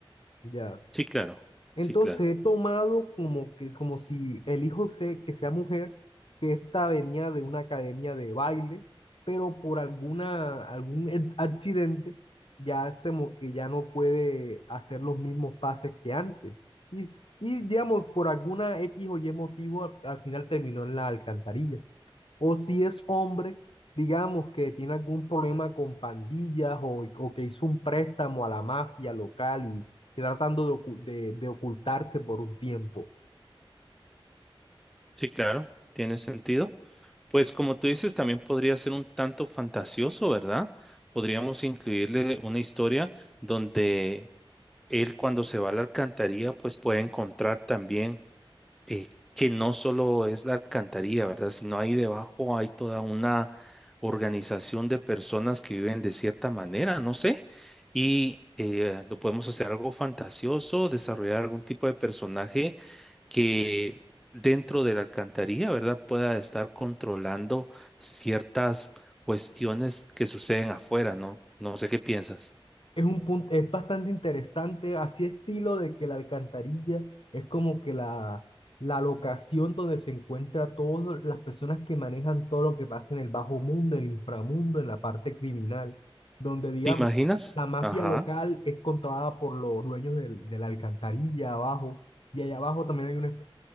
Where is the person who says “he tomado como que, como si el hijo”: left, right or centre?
Left